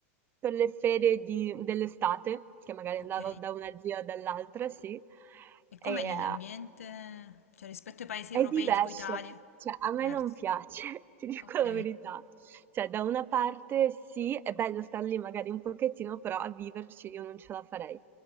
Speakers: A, on the right (about 30°); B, on the left (about 80°).
A: per le ferie di dell'estate, che magari
B: Ok.
A: andavo da una zia o dall'altra, sì, e
B: E com'è
A: eh,
B: lì l'ambiente? Cioè rispetto ai paesi
A: È
B: europei
A: diverso,
B: tipo Italia?
A: cioè a
B: Diverso.
A: me non piace, <laughs> ti dico
B: Ok,
A: la verità. Cioè, da una parte sì, è bello star lì magari un pochettino, però a viverci io non ce la farei,